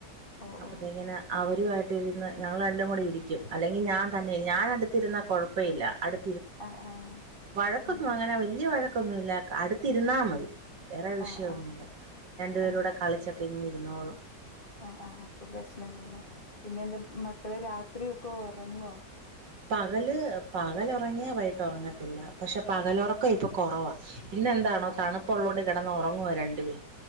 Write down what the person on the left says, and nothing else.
ഓ
ഓ
ആഹ് ആഹ്
ആഹ്
ആഹ്
ആഹ്
ആഹ് ആഹ് ആഹ് അപ്പൊ പ്രശ്നല്ല്യലേ പിന്നെ എന്താ മക്കള് രാത്രിയൊക്കെ ഒറങ്ങോ
ആഹ്